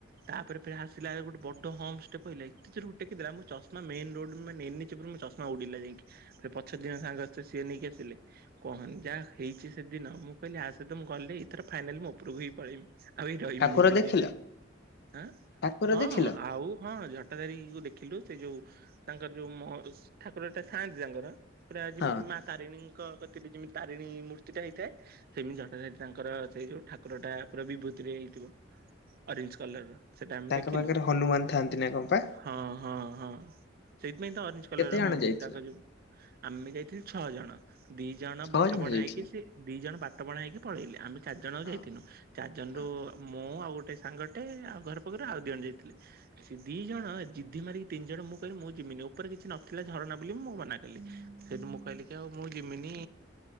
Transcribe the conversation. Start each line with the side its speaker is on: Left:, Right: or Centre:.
Right: ତାପରେ ଫେରେ ଆସିଲା ବେଳେ ଗୋଟେ ବଡ ହମ୍ପସ ଟେ ପାଇଲା ଏତେ ଯୋରେ ଉଡ଼େଇକି ଦେଲା ମୋ ଚଶମା ମେନ ରୋଡ ମାନେ ଏନେ ଚେ ଉପରେ ମୋ ଚଷମା ଉଡିଲା ଯାଇଁକି ଫେରେ ପଛ ଦିହାଁଙ୍କ ସାଙ୍ଗ ଅଛ ସିଏ ନେଇକି ଆସିଲେ। କହନି ଯାହା ହେଇଛି ସେ ଦିନ ମୁଁ କହିଲି ଆ ସହିତ ମୁଁ ଗଲେ ଏଥର ଫାଇନାଲି ମୁଁ ଓପୁରୁକୁ ହିଁ ପଳେଇମି ଆଉ ଏଇ ରହିିବିନି
Left: ଠାକୁର
Right: ଦୁନିଆରେ।
Left: ଦେଖିଲ
Right: ଆଁ
Left: ଠାକୁର
Right: ହଁ
Left: ଦେଖିଲ
Right: ଆଉ ହଁ ଝଟା ଧାରୀଙ୍କୁ ଦେଖିଲୁ। ସେ ଯୋଉ ତାଙ୍କର ଯୋଉ ମଃ ଋଷି ଠାକୁର ଟା ଥାଆନ୍ତି ତାଙ୍କର ପୁରା
Left: ହଁ
Right: ଯେମିତି ମା ତାରିଣୀଙ୍କ କତିରେ ଯେମିତି ତାରିଣୀ ମୂର୍ତ୍ତି ଟା ହେଇଥାଏ ସେମିତି ଝଟାଧାରୀ ତାଙ୍କର ସେଇ ଯୋଉ ଠାକୁର ଟା ପୁରା ବିଭୂତିରେ ହେଇଥିବ। ଅରେଞ୍ଜେ କଲର ସେଟା ଆମେ
Left: ତାଙ୍କ
Right: ଦେଖିଲୁ
Left: ପାଖରେ ହନୁମାନ ଥାଆନ୍ତି ନା କଣ ପା?
Right: ହଁ ହଁ ହଁ। ସେଇଥିପାଇଁ ତ ଅରେଞ୍ଜେ କଲରର
Left: କେତେ ଜଣ
Right: ବିଭୂତି
Left: ଯାଇଥିଲ
Right: ତାଙ୍କ ଯୋଉ ଆମେ ଯାଇଥିଲୁ ଛଅ ଜଣ। ଦି ଜଣ
Left: ଛଅ
Right: ବାଟ ବଣା
Left: ଯାଇଥିଲ
Right: ହେଇକି ସେ ଦି ଜଣ ବାଟ ବଣା ହେଇକି ପଳେଇଲେ। ଆମେ ଚାରି ଜଣ ଆଉ
Left: ହଁ
Right: ଯାଇଥିନୁ। ଚାରି ଜଣ
Left: ହଁ
Right: ରୁ ମୁଁ ଆଉ ଗୋଟେ ସାଙ୍ଗ ଟେ ଆଉ ଘର ପାଖରୁ ଆଉ ଦିଜଣ ଯାଇଥିଲେ। ସେ ଦି ଜଣ ଜିଦୀ ମାରିକି ତିନି ଜଣ ମୁଁ କହିଲି ମୁଁ ଯିମିନି ଓପୋରେ କିଛି ନଥିଲା ଝରଣା ବୋଲି ମୁଁ ମନା କଲିି ସେଇଠୁ ମୁଁ କହିଲି କି ଆଉ ମୁଁ ଜିମିନି